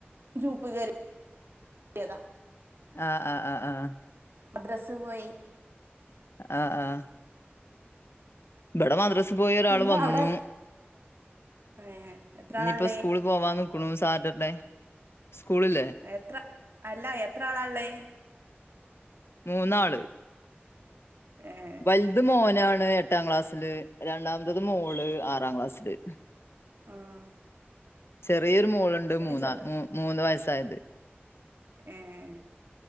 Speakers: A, on the right (about 65°); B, on the left (about 75°).
A: ഗ്രൂപ്പ്‌ കേറിയതാ
B: ആഹ് ആഹ് ആഹ് ആഹ്
A: മദ്രസ പോയി
B: ആഹആ. ഇബടെ മദ്രസ് പോയി ഒരാൾ
A: പിന്നെ
B: വന്നു
A: അവിടെ ഏ എത്ര ആളാള്ളേ
B: ഞ്ഞിപ്പോ സ്കൂൾ.. പോവാ നിക്കുണു. സാറ്റർഡേ സ്കൂളില്ലേ..
A: എത്ര, അല്ല എത്ര, ആളാ ള്ളഹ്
B: മൂന്നാള്..
A: ഏഹ്
B: വൽത് മോനാണ്
A: പെ
B: എട്ടാക്ലാസ്സില്. രണ്ടാമത്തത് മോള് ആറാ ക്ലാസ്സില്..
A: ആഹ..
B: ചെറിയൊരു മോളുണ്ട് മൂന്നാ
A: ചെറു
B: മൂന്ന് വയസ്സായത്..
A: ഏഹെ.